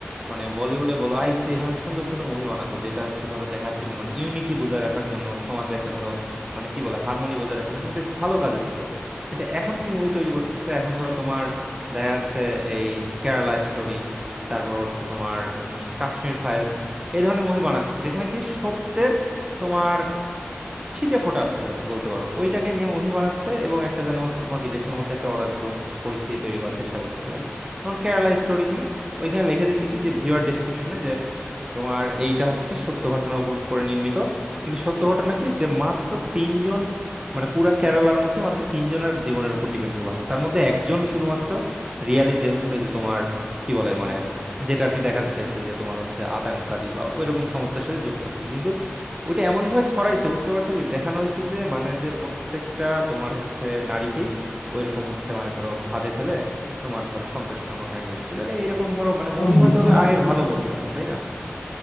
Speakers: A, on the right; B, on the left.
A: মানে বলিউডে বলো আগে কিন্তু এই ধরনের সুন্দর সুন্দর মুভি বানাতো যেটা হচ্ছে ধরো দেখা যাচ্ছে কি মানে ইউনিটি বজায় রাখার জন্য সমাজে একটা ধরো মানে কি বলে হারমোনি বজায় রাখার জন্য বেশ ভালো কাজে দিত কিন্তু এখন কি মুভি তৈরি করতেছে এখন ধরো তোমার দেখা যাচ্ছে এই কেরালা স্টোরি তারপর হচ্ছে তোমার উম, কাশ্মীর ফাইলস এই ধরনের মুভি বানাচ্ছে যেখানে কি সত্যের তোমার ছিটে ফোটা আছে জাস্ট বলতে পারো ওইটাকে নিয়ে মুভি বানাচ্ছে এবং একটা যেন হচ্ছে তোমার কি দেশের মধ্যে একটা অরাজকতা পরিস্থিতি তৈরি করার চেষ্টা করতেছে তাই না যেমন কেরালা স্টোরি কি ওইখানে লিখে দিছে কি যে ভিউয়ার ডিসক্রিপশনে যে তোমার এইটা হচ্ছে সত্য ঘটনার উপর করে নির্মিত কিন্তু সত্য ঘটনা কি যে মাত্র তিনজন মানে পুরা কেরালার মধ্যে মাত্র তিনজনের জীবনের উপর ডিপেন্ড করে বানানো তার মধ্যে একজন শুধুমাত্র রিয়ালি যে হচ্ছে ওই যে তোমার কি বলে মানে যেটা আর কি দেখাতে চাইছে যে তোমার হচ্ছে আতঙ্কবাদী বা ওইরকম সংস্থার সাথে যোগদান করছে কিন্তু ওইটা এমন ভাবে ছড়াইছে বুঝতে পারছো কি দেখানো হয়েছে যে মানে যে প্রত্যেকটা তোমার হচ্ছে নারীকেই ওইরকম হচ্ছে মানে ধরো ফাঁদে ফেলে তোমার ধরো সন্ত্রাসী সংগঠনে নিয়ে নিচ্ছে তাহলে এইরকম ধরো মানে
B: হ্যাঁ
A: মুভি
B: হ্যাঁ
A: হয়তো
B: এটা
A: হবে
B: আসলে
A: আগের ভালো মুভির মতো তাই না